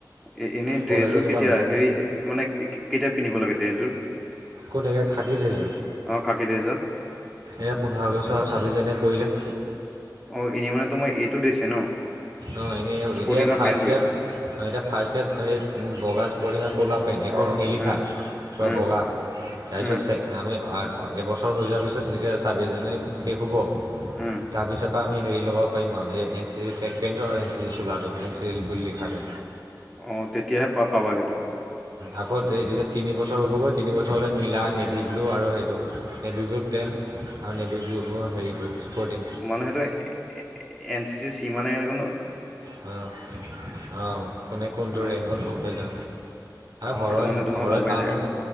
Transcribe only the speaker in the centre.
এ, এনেই
ড্ৰেছো
কেতিয়া
হেৰি মানে কেতিয়া পিন্ধিব লাগে। ড্ৰেজ
অ খাকী ড্ৰেছযোৰ
অ', এনে মান তো মই এইটো দিছে ন
স্পৰ্টিঙৰ
পেণ্টোৱে
উম উম
উম
উম
অঁ তেতিয়াহে পা পাবা সেইটো
মানুহেইটো এ এন চি চি চি মানে এনে কোননো
অ
সেইটো মানে তোমাৰ
গম পাই
যায় আৰু